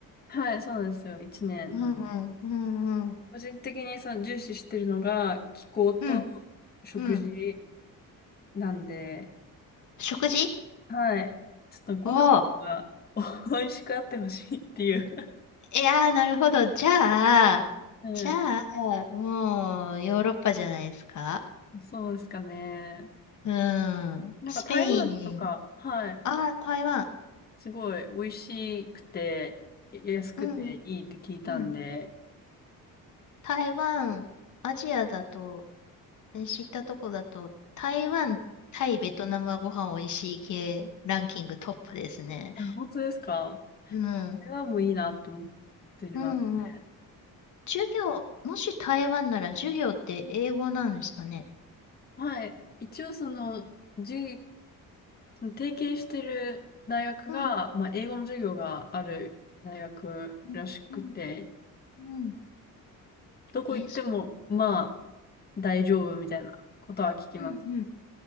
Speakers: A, on the left (about 25°); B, on the left (about 55°).
A: はい、そうなんですよ。一年なんで。
B: うんうんうんうん。
A: 個人的にその重視してるのが気候と食事
B: うんうん。
A: なんで、
B: 食事
A: はい。ちょっとご飯が
B: おおー
A: <laughs> 美味しくあってほしいっていう
B: いやー、なるほど。じゃあ、
A: はい
B: じゃあ、もう、ヨーロッパじゃないですか。
A: <laughs>。そうですかね。
B: うん。
A: なんか台湾とか、
B: スペイン。
A: はい。
B: あ、台湾。
A: すごい美味しくて、や安くていいって聞いたんで、
B: うん。うん。台湾、アジアだと、え知ったとこだと、台湾、タイ、ベトナムはご飯おいしい系ランキングトップですね。
A: あ、本当ですか
B: うん。
A: 台湾もいいなと思ってますね。
B: うん、うん。授業、もし台湾なら授業って英語なんですかね。
A: はい。一応その、じゅうその提携してる大学が、
B: うん。
A: まあ、英語の授業がある大学らしくて、
B: うん。うん。うん。
A: どこ行っても、
B: えー、そ
A: まあ、大丈夫みたいなことは聞きますね。
B: う。うん。